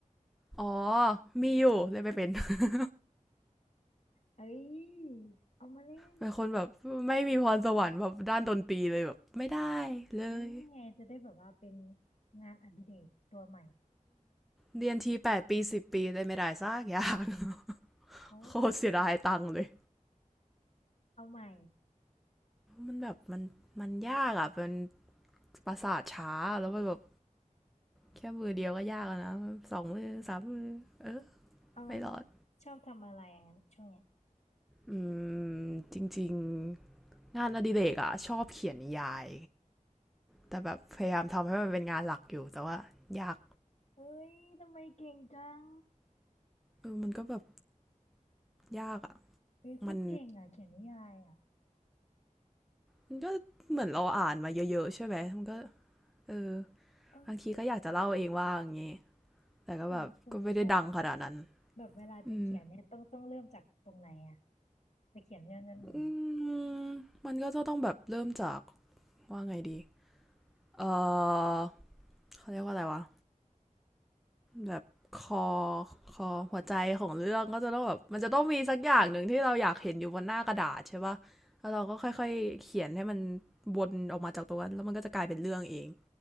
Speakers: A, in the centre; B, on the left (about 55°).
A: อ๋อ มีอยู่เลยไม่เป็น <laughs>
B: เอ้ยเอามาเล่น
A: เป็นคนแบบไม่มีพรสวรรค์แบบด้านดนตรีเลยแบบไม่ได้เลย
B: เอานี่ไงจะได้แบบว่าเป็นงานอดิเรกตัวใหม่
A: เรียนทีแปดปีสิบปีเลยไม่ได้ซากอยาง <laughs>
B: เอาให้มัน
A: โคตรเสียดายตังค์เลย
B: เอาใหม่
A: มันแบบมันมันยากอ่ะเป็นประสาทช้าแล้วมันแบบแค่มือเดียวก็ยากแล้วนะสองมือสามมือเออ
B: เอางั้น
A: ไม่รอด
B: ชอบทำอะไรอย่างนั้นช่วงเนี้ย
A: อืมจริงๆงานอดิเรกอ่ะชอบเขียนนิยายแต่แบบพยายามทำให้มันเป็นงานหลักอยู่แต่ว่ายาก
B: เอ้ยทำไมเก่งจัง
A: เออมันก็แบบยากอ่ะ
B: เฮ้ยโคตรเก่งอ่ะเขียนนิยายอ่ะ
A: มัน มันก็เหมือนเราอ่านมาเยอะๆใช่ไหมมันก็เออ
B: เออ
A: บางทีก็อยากจะเล่าเองว่าอย่างงี้ แต่ก็แบบก็ไม่ได้ดังขนาดนั้น
B: สมสมมติแบบแบบเวลาจะเขียนเนี่ยต้องต้องเริ่มจากตรงไหนอ่ะ
A: อืม
B: จะเขียนเรื่องนั้นหนึ่งอ่ะ
A: อืมมันก็จะต้องแบบเริ่มจากว่าไงดีเออเขาเรียกว่าอะไรวะแบบคอคอหัวใจของเรื่องก็จะต้องแบบมันจะต้องมีสักอย่างหนึ่งที่เราอยากเห็นอยู่บนหน้ากระดาษใช่ปะแล้วเราก็ค่อยๆเขียนให้มันวนออกมาจากตรงนั้นแล้วมันก็จะกลายเป็นเรื่องเอง